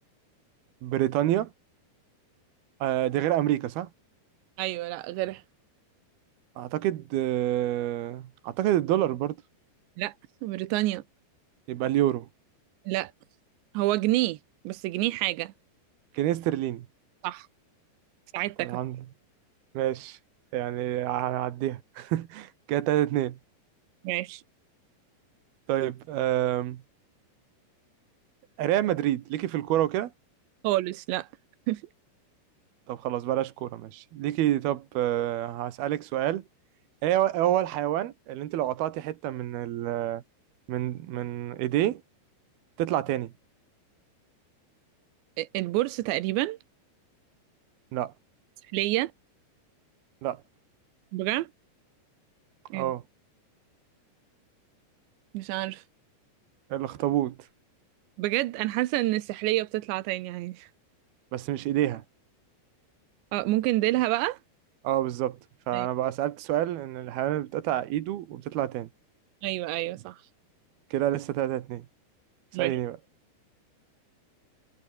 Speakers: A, on the right; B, on the right.
A: بريطانيا آه دي غير امريكا صح
B: ايوه لا غيرها
A: اعتقد آه... اعتقد الدولار برضو
B: لا بريطانيا
A: يبقى اليورو
B: لا هو جنيه بس جنيه حاجة
A: جنيه استرليني
B: صح ساعدتك
A: طب الحمد
B: أهو.
A: لله ماشي يعني هنعديها <laughs> كده 3 2
B: ماشي
A: طيب آم... ريال مدريد ليكي في الكوره وكده
B: خالص لا <laughs>
A: طب خلاص بلاش كوره ماشي ليكي طب آه... هسألك سؤال ايه هو إيه هو الحيوان اللي انت لو قطعتي حتة من ال من من ايديه تطلع تاني
B: البورصة تقريبا
A: لا
B: سحلية
A: لا
B: بجد إيه،
A: اه
B: مش عارف
A: الاخطبوط
B: بجد انا حاسة ان السحلية بتطلع تاني عادي
A: بس مش ايديها
B: اه ممكن ديلها بقى
A: اه بالظبط فانا
B: ايوه
A: بقى سألت سؤال ان الحيوان اللي بتقطع ايده وبتطلع تاني
B: ايوه ايوه صح
A: كده لسه تلاتة اتنين اسأليني
B: ماشي
A: بقى